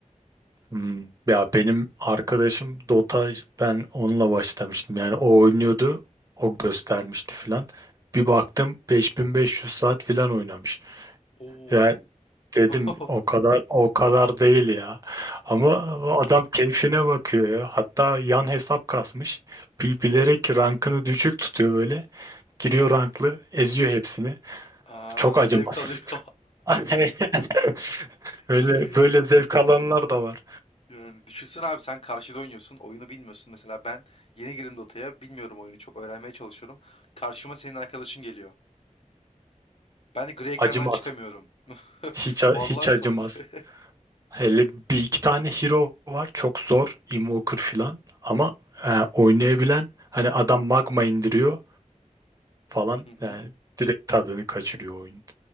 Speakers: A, on the right; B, on the left.
A: Hmm, Ya benim arkadaşım Dota ben onunla başlamıştım. Yani o oynuyordu. O göstermişti filan. Bir baktım 5500 saat filan oynamış.
B: Oo.
A: Yani dedim
B: <laughs>
A: o kadar o kadar değil ya. Ama adam keyfine bakıyor ya. Hatta yan hesap kasmış. Bi- Bilerek rankını düşük tutuyor böyle. Giriyor ranklı, eziyor hepsini.
B: Aa,
A: Çok acımasız.
B: zevk alıyor.
A: <laughs>
B: <laughs>
A: Öyle böyle zevk alanlar da var.
B: Yani düşünsene abi sen karşıda oynuyorsun. Oyunu bilmiyorsun. Mesela ben yeni girdim Dota'ya. Bilmiyorum oyunu çok öğrenmeye çalışıyorum. Karşıma senin arkadaşın geliyor. Ben de gri ekrandan
A: Acımaz.
B: çıkamıyorum. <laughs>
A: Hiç, a-
B: Vallahi
A: hiç acımaz.
B: kapı. <laughs>
A: Hele bir iki tane hero var. Çok zor. Invoker falan. Ama e, oynayabilen hani adam magma indiriyor falan.
B: Hı hı.
A: Yani direkt tadını kaçırıyor oyun.